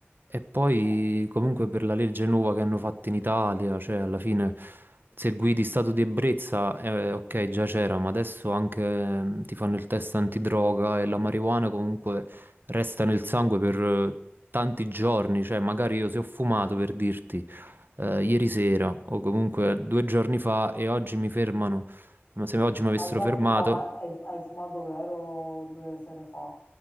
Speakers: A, on the right; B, on the left.
A: E poi
B: eh.
A: comunque per la legge nuova che hanno fatto in Italia, cioè alla fine se guidi stato di ebbrezza, eh, ok, già c'era, ma adesso anche ehm, ti fanno il test antidroga e la marijuana comunque resta nel sangue per eh, tanti giorni, cioè magari io se ho fumato per dirti eh, ieri sera o comunque due giorni fa e oggi mi fermano, ma se oggi mi avessero
B: Ma di la
A: fermato...
B: verità, ma hai, hai fumato vero due sere fa?